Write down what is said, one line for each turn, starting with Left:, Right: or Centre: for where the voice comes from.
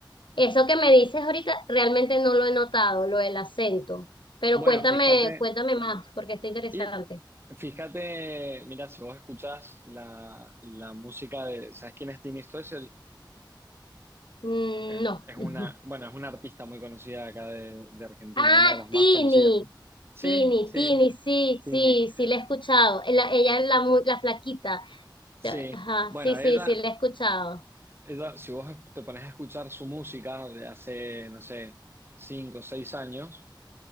Left: eso que me dices ahorita realmente no lo he notado, lo del acento, pero
Right: Bueno,
Left: cuéntame,
Right: fíjate,
Left: cuéntame más, porque está interesante.
Right: y fíjate, mira, si vos escuchás la, la música de, ¿sabes quién es Tini Stoessel?
Left: Mm,
Right: Es,
Left: no.
Right: es una,
Left: <laughs>
Right: bueno, es una artista muy conocida de acá de, de Argentina,
Left: Ah,
Right: una de las más
Left: Tini,
Right: conocidas. Sí,
Left: Tini,
Right: sí,
Left: Tini, sí,
Right: Tini.
Left: sí, sí, la he escuchado, ella ella es la, mu- la flaquita,
Right: Sí,
Left: Ajá,
Right: bueno,
Left: sí, sí,
Right: ella,
Left: sí, la he escuchado.
Right: ella, si vos te pones a escuchar su música de hace, no sé, cinco o seis años,